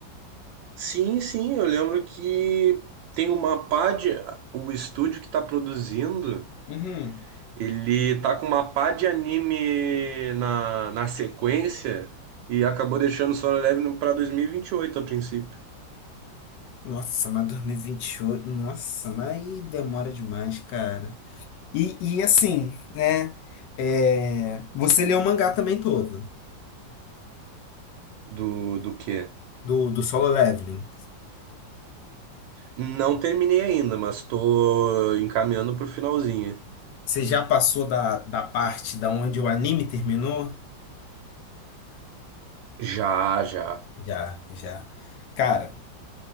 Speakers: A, on the right (about 85°); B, on the left (about 75°).
A: Sim, sim, eu lembro que tem uma pá de. O estúdio que tá produzindo.
B: Uhum.
A: Ele tá com uma pá de anime na, na sequência e acabou deixando Solo Leveling pra 2028, a princípio.
B: Nossa, mas dois mil e e vinte e oito, nossa, mas aí demora demais, cara. E, e assim, né? é, você leu o mangá também todo,
A: Do, do quê?
B: do, do Solo Leveling.
A: Não terminei ainda, mas tô encaminhando pro finalzinho.
B: Você já passou da, da parte da onde o anime terminou?
A: Já, já.
B: Já, já. Cara.